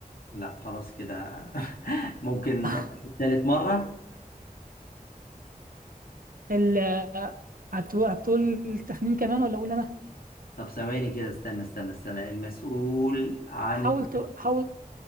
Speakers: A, on the left; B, on the right.
A: لا خلاص كده <laughs> ممكن
B: <laughs>
A: ثالث مرة
B: ال هتقول هتقول التخمين كمان ولا اقول انا
A: طب ثواني كده استنى استنى استنى المسؤول عن
B: حاول ت... حاول